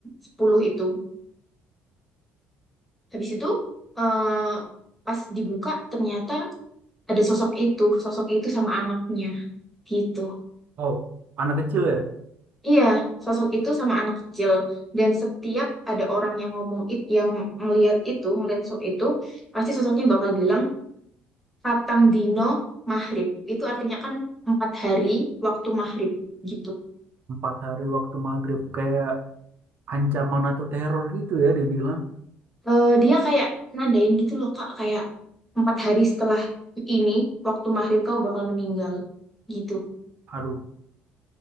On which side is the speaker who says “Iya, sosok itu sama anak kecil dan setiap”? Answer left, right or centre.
Centre